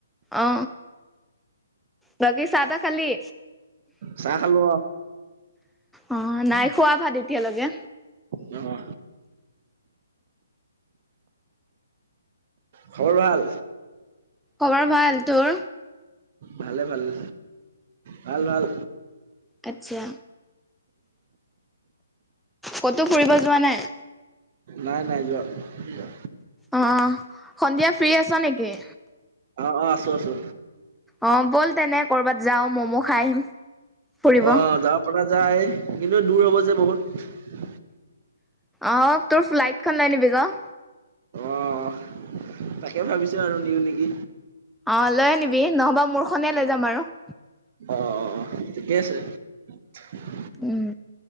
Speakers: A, in the centre; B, on the right.
A: অ বাকী চাহ তাহ খালি
B: চাহ খালো অ
A: অ নাই খোৱা ভাত এতিয়ালৈকে
B: অ খবৰ ভাল
A: খবৰ ভাল তোৰ
B: ভালে ভালে ভাল ভাল
A: আচ্ছা ক'তো ফুৰিব যোৱা নাই
B: নাই নাই যোৱা নোৱা
A: অ সন্ধিয়া ফ্ৰ্ৰী আছা নেকি
B: অ আছো আছো
A: অ ব'ল তেনে কৰ'বাত যাও মম' খাই আহিম ফুৰিব
B: অ যাব পৰাা যায় কিন্তু দূৰ হব যে বহুত
A: আহ তোৰ ফ্লাইটখন লয় আনিবি আকৌ
B: অ', তাকে ভাবিছো আৰু নিওঁ নেকি।
A: অ', লৈ আনিবি নহবা মোৰখনেই লৈ যাম আৰু।
B: অ', অ', অ', ঠিকেই আছে <inaudible>
A: উম,